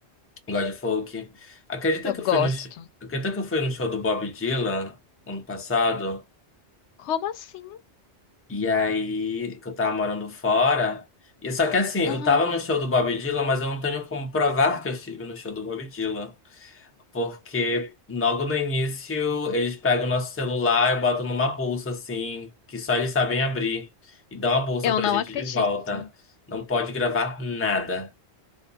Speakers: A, on the left; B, on the left.
A: Gosto de folk. Acredita
B: Eu
A: que
B: gosto.
A: eu fui no, sh- acredita que eu fui no show do Bob Dylan ano passado?
B: Como assim?
A: E aí, que eu tava morando fora. E só que assim, eu
B: Uhum.
A: tava no show do Bob Dylan, mas eu não tenho como provar que eu estive no show do Bob Dylan. Porque logo no início, eles pegam o nosso celular e botam numa bolsa, assim, que só eles sabem abrir. E dão a bolsa
B: Eu
A: pra
B: não
A: gente
B: acredito.
A: de volta. Não pode gravar nada.